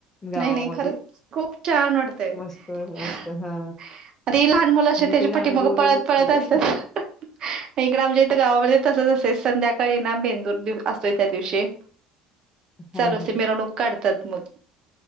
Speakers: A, on the left (about 15°); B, on the right (about 35°).
A: गावामध्ये
B: नाही नाही खरंच खूप छान वाटतय. <inaudible>
A: मस्त वाटत हा
B: ते लहान मुलं असे
A: मी
B: त्याच्या
A: कधी अनुभवलेलंच
B: पाठी माग पळत पळत
A: नाहीये
B: असतात. हा इकड, आमच्या इथ गावामध्ये तसच असतय, संध्याकाळी ना बेंदूर बिंदूर असतोय त्या दिवशी
A: हा
B: चालू असतय,
A: हा
B: मिरवणूक काढतात मग